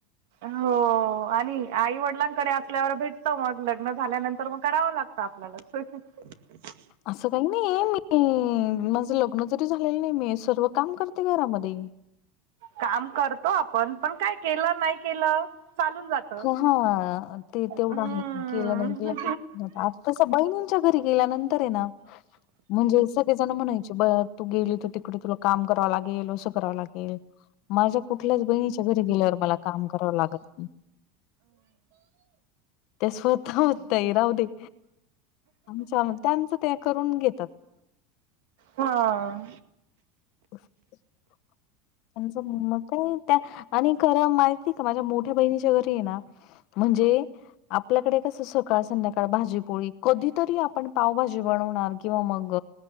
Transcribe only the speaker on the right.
हो आणि आई वडिलांकडे असल्यावर भेटत मग लग्न झाल्यानंतर मग करावं लागतं आपल्यालच <inaudible>
काम करतो आपण पण काय केलं नाही केलं. चालून जात
हम्म
हा.